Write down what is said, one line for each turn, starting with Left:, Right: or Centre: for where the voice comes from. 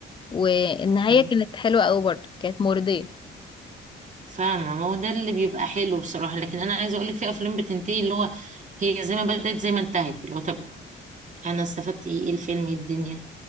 Left: والنهاية
Right: مم.
Left: كانت حلوة أوي برضه كانت مرضية
Right: فاهمه ما هو ده اللي بيبقى حلو بصراحه لكن انا عايزه اقول لك في افلام بتنتهي اللي هو هي زي ما بدأت زي ما انتهت اللي هو طب انا استفدت ايه إيه الفيلم إيه الدنيا